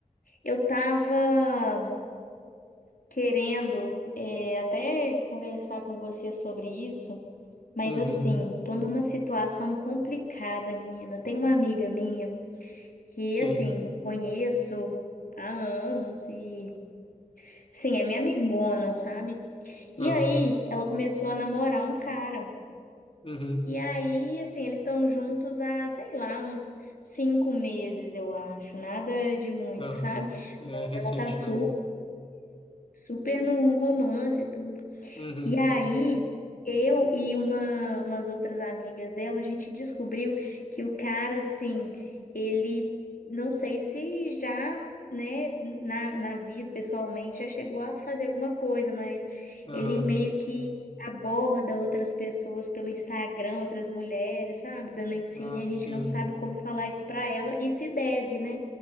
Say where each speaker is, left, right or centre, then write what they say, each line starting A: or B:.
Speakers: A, on the left; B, on the left.
A: eu tava querendo é, até conversar com você sobre isso, mas
B: Uhum,
A: assim, tô numa situação complicada, menina. Tem uma amiga minha que,
B: sim,
A: assim, conheço há anos e, sim, é minha amigona, sabe? E
B: aham,
A: aí, ela começou a namorar um cara.
B: uhum,
A: E aí, assim, eles estão juntos há, sei lá, uns cinco meses, eu acho. Nada de muito,
B: aham.
A: sabe?
B: É
A: Mas
B: recente,
A: ela tá su
B: né?
A: super no romance e tudo.
B: Uhum,
A: E aí, eu e uma, umas outras amigas dela, a gente descobriu que o cara, assim, ele, não sei se já, né, na, na vida, pessoalmente, já chegou a fazer alguma coisa, mas
B: aham.
A: ele meio que aborda outras pessoas pelo Instagram, outras mulheres, sabe, dando em cima,
B: Ah,
A: e
B: sim,
A: a gente não sabe como falar isso pra ela, e se deve, né,